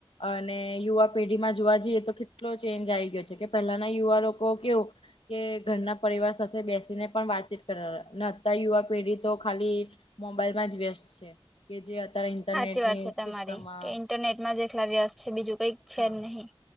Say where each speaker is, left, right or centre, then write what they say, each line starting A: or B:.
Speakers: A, on the left; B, in the centre.
A: અને યુવા પેઢીમાં જોવા જઈએ તો કેટલો ચેન્જ આયી ગયો છે, કે પહેલાના યુવા લોકો કેવું કે ઘરના પરિવાર સાથે બેસીને પણ વાતચીત કર અને અ યુવા પેઢી તો ખાલી મોબાઈલમાં જ વ્યસ્ત છે, કે જે અત્યારે ઇન્ટરનેટની
B: સાચી વાત છે તમારી
A: સિસ્ટમમાં
B: કે ઇન્ટરનેટમાં જેટલા વ્યસ્ત છે, બીજું કઈક છે,
A: હા
B: જ નહીં